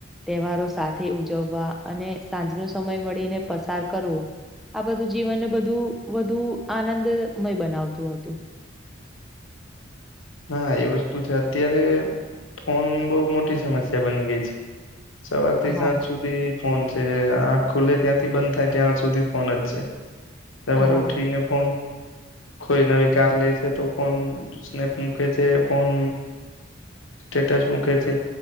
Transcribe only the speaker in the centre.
તહેવારો સાથે ઉજવવા અને સાંજનો સમય મળીને પસાર કરવો આ બધું જીવનને બધું વધુ આનંદમય બનાવતું હતું.
હા,
હા,